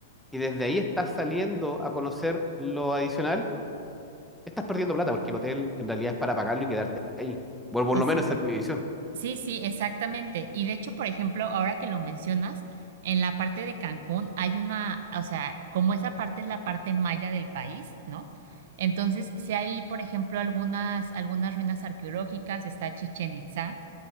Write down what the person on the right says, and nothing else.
Es,
Sí, sí, exactamente. Y de hecho, por ejemplo, ahora que lo mencionas, en la parte de Cancún hay una, o sea, como esa parte es la parte maya del país, ¿no? Entonces, si hay, por ejemplo, algunas, algunas ruinas arqueológicas, está Chichen Itza